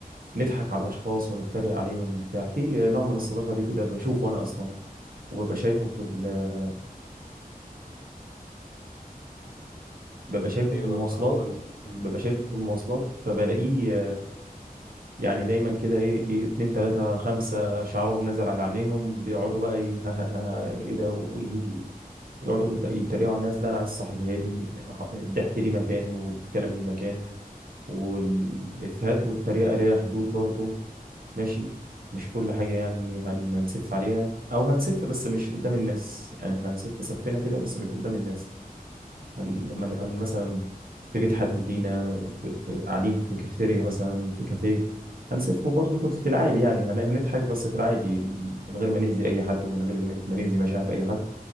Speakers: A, on the right; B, on the left.
A: نضحك على الاشخاص ونتريق عليهم وبتاع في نوع من الصداقة دي كده بشوفه انا اصلا وببقى شايفه في ال...
B: مم.
A: ببقى شايفه
B: ايوه
A: في المواصلات
B: فهو ال... مم.
A: ببقى شايفه في المواصلات
B: مم.
A: فبلاقيه يعني دايما كده ايه ي- اتنين تلاتة خمسة شعرهم نزل على عينيهم بيقعدوا بقى ي- ها ها ها ها ايه ده وإيه- ويقعدوا بت- يتريقوا على الناس لا انا عايز صاحب هادي أخ- الضحك ليه مكان والكلام ليه مكان والافيهات والتريقة ليها حدود برضو ماشي مش كل حاجة يعني هن- هنسف عليها أو هنسف بس مش قدام الناس يعني احنا هنسف سفينا كده بس مش قدام الناس هن... لما نبقى مثلا في بيت حد فينا في في قاعدين في كافيتيريا مثلا في كافيه هنسفه برضه في في العادي يعني هن- هنضحك بس في العادي من غير ما نأذي أي حد ومن غير ما نأذي مشاعر أي حد